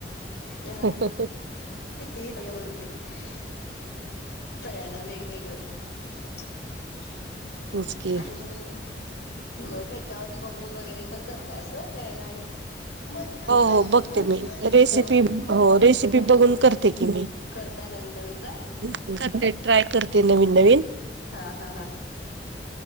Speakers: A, on the left; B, on the right.
A: घरात-
B: हो
A: किती ते <unintelligible> सगळ्यांना वेगवेगळं. <unintelligible>
B: तेच की
A: नाही. मग ह्याच्यावरून बघून वगैरे पण करताय अस ते नाही. युट्युब
B: हो हो
A: वर
B: बघते
A: बघेन
B: मी
A: बघून,
B: रेसिपी हो रेसिपी
A: बघून.
B: करते की
A: करता नवीन नवीन ट्राय.
B: घरते ट्राय करते नवीन नवीन.
A: हा हा हा!